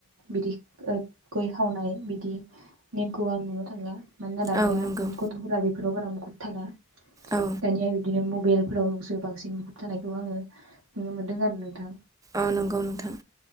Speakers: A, on the right; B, on the right.
A: बिदि गय खावनाय बिदि नेमखौ आं नुनो थांला। मानोना दानिया
B: औ नंगौ
A: गथ'फोरा बेफोराव बारा मुखुर थाला।
B: औ
A: दानिया बिदिनो मबेल फोरावसो बांसिन मुखुब थानायखौ आङो नुनो मोनदों आरो नोंथां।
B: औ नंगौ नोंथां